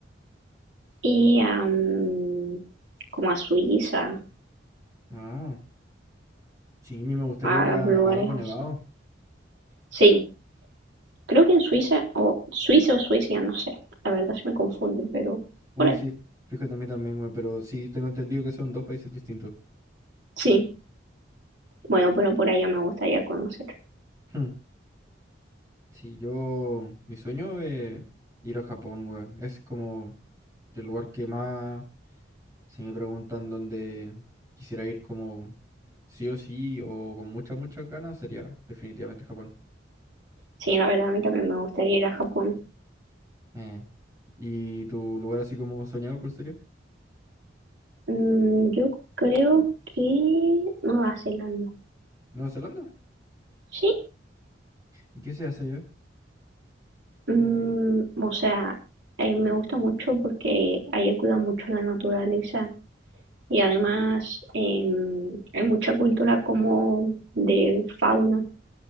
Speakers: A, on the right (about 75°); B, on the right (about 15°).
A: y a, mm, como a Suiza,
B: Ah, sí, a mí me gustaría
A: a
B: ir a,
A: lugares
B: a algo
A: así.
B: nevado.
A: Sí, creo que en Suiza, o Suiza o Suiza, no sé, la verdad se me confunden, pero
B: Uy,
A: por ahí.
B: sí, fíjate a mí también, güey, pero sí tengo entendido que son dos países distintos.
A: Sí, bueno, pero por allá me gustaría conocer.
B: <laughs> Sí, yo, mi sueño es ir a Japón, weón. Es como el lugar que más, si me preguntan dónde quisiera ir como sí o sí o con muchas, muchas ganas, sería definitivamente Japón.
A: Sí, la verdad a mí también me gustaría ir a Japón.
B: Eh, ¿Y tu lugar así como soñado, cuál sería?
A: Mm, yo creo que Nueva Zelanda.
B: ¿Nueva Zelanda?
A: Sí,
B: ¿Y qué se hace allá?
A: mm, o sea, eh, me gusta mucho porque allá cuidan mucho la naturaleza y además em, hay mucha cultura como de fauna.